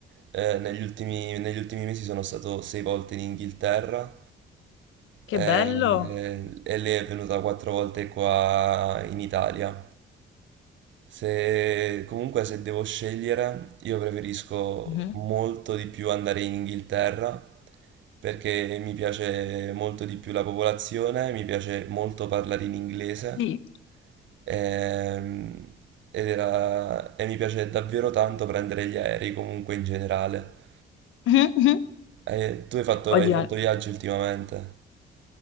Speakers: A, on the right; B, on the left.
A: Eh, negli ultimi, negli ultimi mesi sono stato sei volte in Inghilterra
B: che
A: eh,
B: bello!
A: e lei è venuta quattro volte qua in Italia. Se, comunque se devo scegliere, io preferisco
B: Mhm.
A: molto di più andare in Inghilterra perché mi piace molto di più la popolazione, mi piace molto parlare in inglese
B: Sì.
A: ehm, ed era- e mi piace davvero tanto prendere gli aerei comunque in generale.
B: <laughs> Mhm, mhm.
A: Eh, tu hai fatto,
B: Oddio,
A: hai fatto viaggi ultimamente,